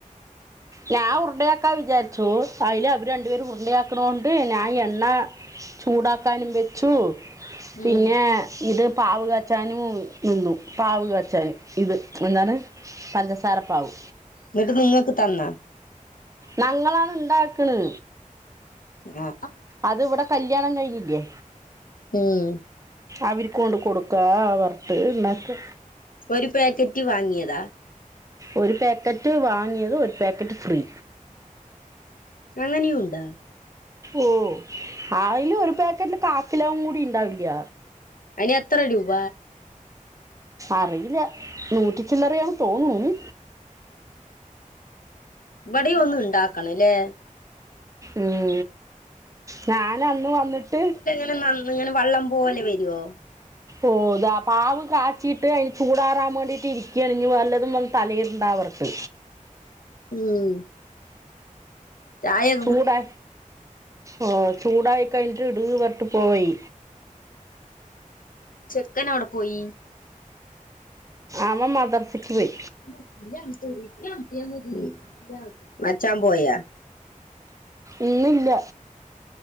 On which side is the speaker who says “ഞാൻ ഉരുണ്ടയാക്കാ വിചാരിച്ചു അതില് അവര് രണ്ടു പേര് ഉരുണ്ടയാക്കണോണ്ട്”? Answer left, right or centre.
Right